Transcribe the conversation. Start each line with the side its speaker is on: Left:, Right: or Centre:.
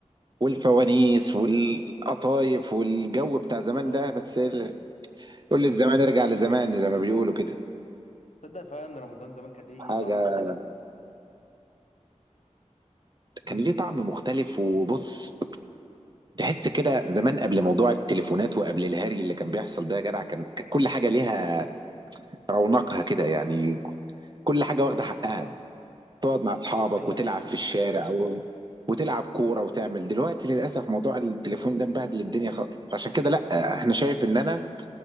Right: والفوانيس والقطايف والجو بتاع زمان
Left: اه
Right: ده بس ال... كل الزمان يرجع لزمان زي ما بيقولوا كده
Left: تصدق فعلا ان رمضان زمان كان ليه
Right: حاجة
Left: طعم مختلف
Right: كان ليه طعم مختلف وبص تحس كده زمان قبل موضوع التليفونات وقبل الهري اللي كان بيحصل ده يا جدع كان كانت كل حاجه ليها رونقها كده يعني كل حاجه واخده حقها
Left: اه
Right: تقعد مع اصحابك
Left: دي حقيقه
Right: وتلعب
Left: فعلا
Right: في الشارع و... وتلعب كوره وتعمل دلوقتي للاسف موضوع التليفون ده مبهدل الدنيا خالص فعشان كده لا احنا شايف ان انا